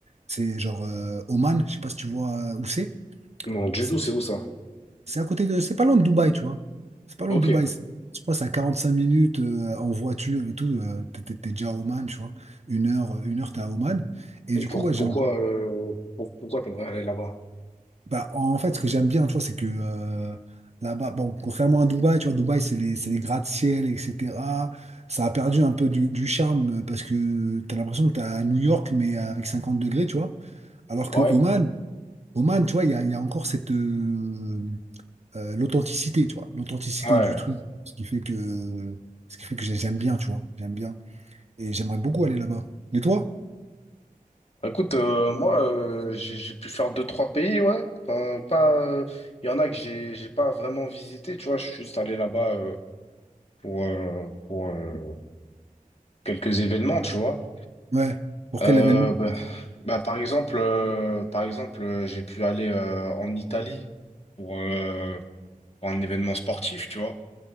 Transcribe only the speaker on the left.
Non, du
tout, c'est où ça?
Ok.
Et
pour-
pourquoi,
euh, pour- pourquoi tu aimerais aller là-bas?
Ouais,
ouais.
Bah, Écoute, euh, moi, euh, j'ai j'ai pu faire deux, trois pays, ouais. Enfin, pas, euh, il y en a que j'ai j'ai pas vraiment visité, tu vois. Je suis juste allé là-bas euh, pour, euh, pour, euh, quelques événements, tu vois.
Euh,
bah, bah, par exemple, euh, par exemple, euh, j'ai pu aller euh, en Italie pour, euh, pour un événement sportif, tu vois.